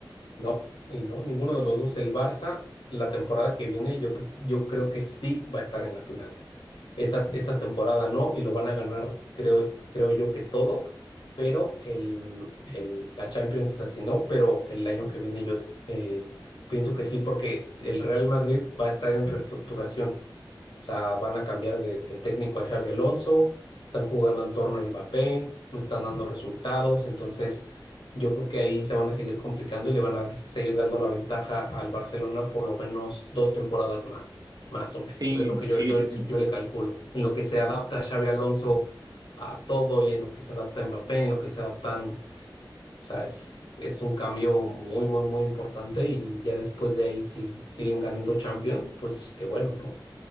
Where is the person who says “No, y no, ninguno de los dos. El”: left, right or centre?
Left